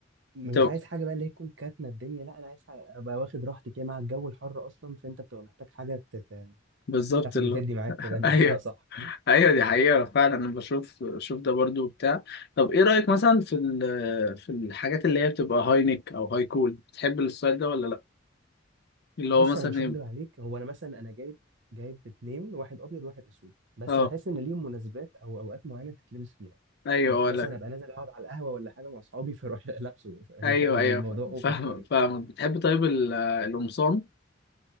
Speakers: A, on the right (about 70°); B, on the left (about 60°).
A: م-
B: بتبقى
A: مش عايز حاجه بقى اللي هي تكون كاتمه الدنيا لا انا عايز حاجة ابقى واخد راحتي كده مع الجو الحر اصلا فانت بتبقى محتاج حاجه ت- ت-
B: بالظبط
A: تاخد
B: اللي
A: وتدي معاك كده <laughs> بمعنى
B: ايوه
A: اصح
B: ايوه دي حقيقة فعلا انا بشوف شوف ده برضو بتاع طب ايه رأيك مثلا في ال- في الحاجات اللي هي بتبقى هاي نيك او هاي كول بتحب الستايل ده ولا لا اللي
A: بص
B: هو مثلا
A: انا مش هكدب
B: يبقى-
A: عليك هو انا مثلا انا جايب جايب اتنين واحد ابيض وواحد اسود بس
B: اه
A: بحس ان ليهم مناسبات او اوقات معينه تتلبس فيها
B: ايوه
A: مش
B: ولا
A: مثلا ابقى نازل اقعد على القهوه ولا حاجه مع اصحابي فاروح <laughs> لابسه
B: ايوه ايوه
A: الموضوع
B: ف-
A: اوفر
B: فاهم
A: شويه
B: فاهم بتحب طيب ال- القمصان